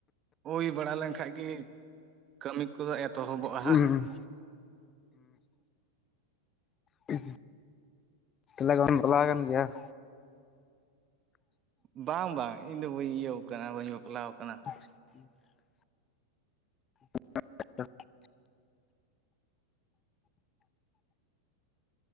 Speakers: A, on the right; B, on the left.
A: ᱦᱳᱭ ᱵᱟᱲᱟ ᱞᱮᱱᱠᱷᱟᱡ ᱜᱤ ᱠᱟᱹᱢᱤ ᱠᱚᱫᱚ ᱮᱛᱚᱦᱚᱵᱚᱜᱼᱟ
B: ᱦᱩᱸ
A: ᱦᱟᱸᱜ᱾
B: ᱦᱩᱸ ᱛᱟᱦᱞᱮ ᱵᱟᱢ ᱪᱟᱞᱟᱣ ᱠᱟᱱ ᱜᱮᱭᱟ ᱾
A: ᱵᱟᱝ ᱵᱟᱝ ᱤᱧ ᱫᱚ ᱵᱟᱹᱧ ᱤᱭᱟᱹᱣ ᱠᱟᱱᱟ, ᱵᱟᱹᱧ ᱵᱟᱯᱞᱟᱣ ᱠᱟᱱᱟ᱾
B: <inaudible> <inaudible>